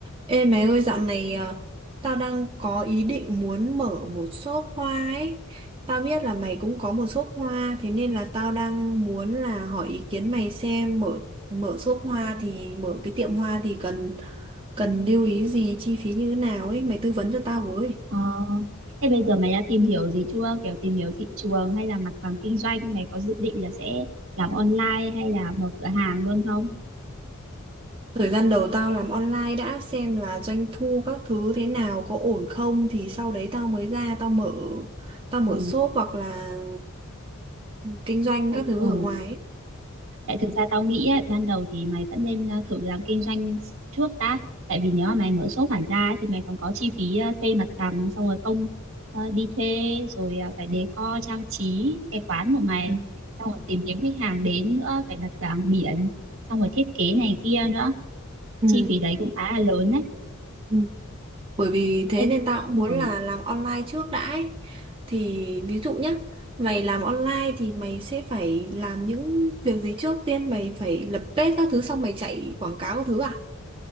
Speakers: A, on the right; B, on the right.
A: Ê mẹ ơi dạo này à, tao đang có ý định muốn mở một shop hoa ấy. Tao biết là mày cũng có một shop hoa, thế nên là tao đang muốn là hỏi ý kiến mày xem mở mở shop hoa thì mở cái tiệm hoa thì cần cần lưu ý gì, chi phí như thế nào ấy, mày tư vấn cho tao với.
B: Ờ, thế bây giờ mày đã tìm hiểu gì chưa? Kiểu tìm hiểu thị trường hay là mặt bằng kinh doanh, mày có dự định là sẽ làm online hay là mở cửa hàng luôn không?
A: Thời gian đầu tao làm online đã xem là doanh thu các thứ thế nào có ổn không thì sau đấy tao mới ra tao mở tao mở
B: Ừ,
A: shop hoặc là kinh doanh
B: ừ,
A: các thứ
B: ừ.
A: ở ngoài ấy.
B: Tại thực ra tao nghĩ ấy, ban đầu thì mày vẫn nên ờ, thử làm kinh doanh trước đã. Tại vì nếu mà mày mở shop hẳn ra ấy, thì mày còn có chi phí ờ, thuê mặt bằng, xong rồi công ờ, đi thuê, rồi ờ, phải decor trang trí cái quán của mày,
A: Ừ.
B: xong rồi tìm kiếm khách hàng đến nữa, phải đặt bảng biển, xong rồi thiết kế này kia nữa.
A: Ừ,
B: Chi phí đấy cũng khá là lớn đấy
A: ừ. Bởi vì thế
B: Ê,
A: nên tao cũng muốn
B: ừ.
A: là làm online trước đã ấy. Thì ví dụ nhá, mày làm online thì mày sẽ phải làm những việc gì trước tiên? Mày phải lập page các thứ xong mày chạy quảng cáo các thứ à?